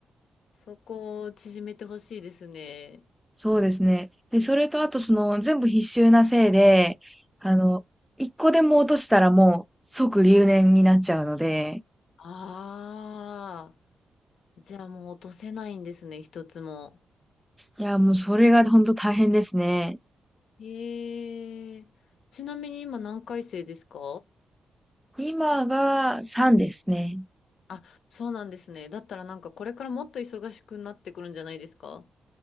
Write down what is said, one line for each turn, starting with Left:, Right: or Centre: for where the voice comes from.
Left: そこを縮めてほしいですね。
Centre: そうですね。で、それとあとその全部必修なせいで、あの、一個でも落としたらもう即留年になっちゃうので、
Left: ああ、じゃあもう落とせないんですね、一つも。
Centre: いや、もうそれが本当大変ですね。
Left: へえ。ちなみに今何回生ですか
Centre: 今が3ですね。
Left: あ、そうなんですね。だったらなんかこれからもっと忙しくなってくるんじゃないですか